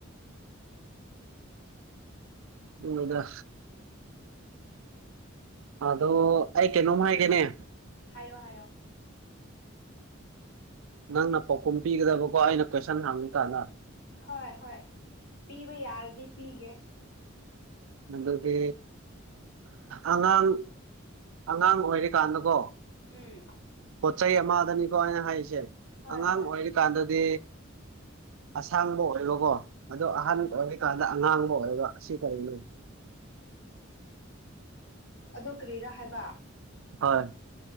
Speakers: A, on the right; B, on the left.
A: ꯍꯗ ꯑꯗꯣ ꯑꯩ ꯀꯩꯅꯣꯝ ꯍꯥꯏꯒꯦꯅꯦ
B: ꯍꯥꯏꯣ ꯍꯥꯏꯌꯣ
A: ꯅꯪꯅ ꯄꯥꯎꯈꯨꯝ ꯄꯤꯒꯗꯕꯀꯣ ꯑꯩꯅ ꯀꯣꯏꯁꯟ ꯍꯥꯡꯕꯨ ꯇꯥꯗ
B: ꯍꯣꯏ ꯍꯣꯏ ꯄꯤꯕ ꯌꯥꯔꯗꯤ ꯄꯤꯒꯦ
A: ꯑꯗꯨꯗꯤ ꯑꯉꯥꯡ ꯑꯉꯥꯡ ꯑꯣꯏꯔꯤꯀꯥꯟꯗꯀꯣ
B: ꯎꯝ
A: ꯄꯣꯠ ꯆꯩꯩ ꯑꯃꯗꯅꯤꯀꯣ ꯑꯩꯅ ꯍꯥꯏꯔꯤꯁꯦ
B: ꯍꯣꯏ
A: ꯑꯉꯥꯡ
B: ꯍꯣꯏ
A: ꯑꯣꯏꯔꯤꯀꯥꯟꯗꯗꯤ ꯑꯁꯥꯡꯕ ꯑꯣꯏꯕꯀꯣ ꯑꯗꯣ
B: ꯎꯝ
A: ꯑꯍꯥꯟꯕ ꯑꯣꯏꯔꯤꯀꯥꯟꯗ ꯑꯉꯥꯡꯕ ꯑꯣꯏꯕ ꯑꯁꯤ ꯀꯔꯤꯅꯣ
B: ꯑꯗꯨ ꯀꯔꯤꯔꯥ ꯍꯥꯏꯕ
A: ꯍꯣꯏ